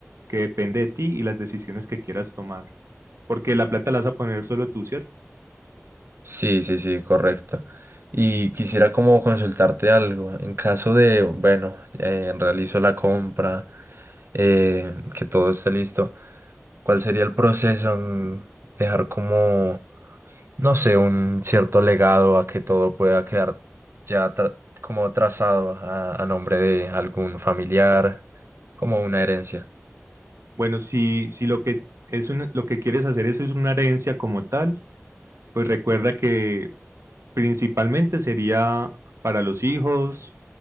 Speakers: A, on the right; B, on the right.
A: que depende de ti y las decisiones que quieras tomar, porque la plata la vas a poner solo tú, ¿cierto?
B: Sí, sí, sí, correcto. Y quisiera como consultarte algo. En caso de, bueno, eh, realizo la compra, eh, que todo esté listo, ¿cuál sería el proceso en dejar como, no sé, un cierto legado a que todo pueda quedar ya tra- como trazado a, a nombre de algún familiar, como una herencia?
A: Bueno, si, si lo que es un- lo que quieres hacer eso es una herencia como tal, pues recuerda que principalmente sería para los hijos,